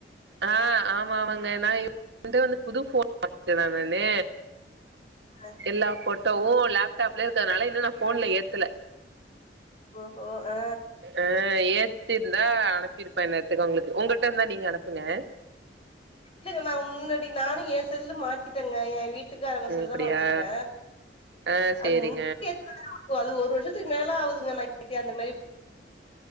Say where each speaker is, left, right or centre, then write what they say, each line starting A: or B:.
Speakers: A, on the right; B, on the left.
A: ஆ ஆமானுங்க நா எந்து வந்து புது ஃபோனு <inaudible> நானு
B: ஆமா
A: எல்லா ஃபோட்டோவுமன லேப்டாப்லயே இருக்குறனால இன்னு நா ஃபோன்ல ஏத்துல
B: ஓஹோ ஆ
A: ஆ ஏத்தி இருந்தா அனுப்பிருப்ப இந்நேரத்துக்கு உங்களுக்கு உங்கள்ட்ட இருந்தா நீங்க அனுப்புங்க
B: இல்லங்க நா முன்னாடி நானு எ செல்லு மாத்திட்டங்க எ வீ ட்டுக்காரங்க
A: ம்
B: சொல்லுதா
A: அப்டியா
B: நா வச்சிருக்க
A: ஆ சேரிங்க
B: அது <inaudible> அது ஒரு வருஷத்துக்கு மேல ஆகுதுங்க எனக்கு அந்த மாரி